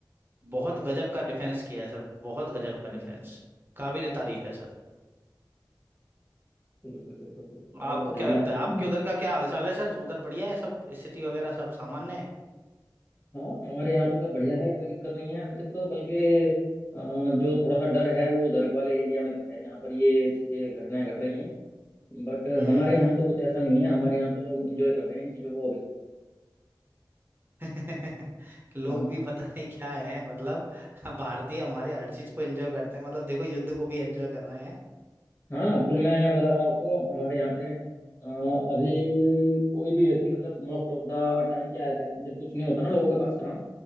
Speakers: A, on the right; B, on the left.
A: बहुत गजब का डिफेंस किया है सर बहुत गजब का
B: हम्म,
A: डिफेंस काबिल तारीफ है सर
B: बिल्कुल बिल्कुल बिल्कुल
A: आपको
B: और बताइए
A: क्या लगता
B: आप।
A: है आपके उधर का क्या हालचाल है सर उधर बढ़िया है सब स्थिति वगैरह सब सामान्य है
B: हाँ हमारे यहाँ तो सर बढ़िया है कोई दिक्कत नहीं है अभी तक तो बल्कि अ, जो थोड़ा सा डर है वो उधर वाले एरिया में तो है जहाँ पर ये चीज़ें घटनाएं घट रही हैं बट
A: हम्म
B: हमारे
A: हम्म,
B: यहाँ
A: हम्म,
B: तो कुछ
A: <laughs>
B: ऐसा नहीं है हमारे यहाँ तो लोग इंजॉय कर रहे हैं इन चीज़ों को अभी
A: हम्म। लोग
B: हाँ,
A: भी पता नहीं क्या है मतलब <laughs> भारतीय हमारे हर चीज को एंजॉय करते हैं मतलब देखो युद्ध को भी एंजॉय कर रहे हैं
B: हाँ फुल मैं बता रहा हूँ आपको हमारे यहाँ पे अ, अभी कोई भी व्यक्ति मतलब मोस्ट ऑफ द टाइम क्या है जब कुछ नहीं होता ना लोगों के पास काम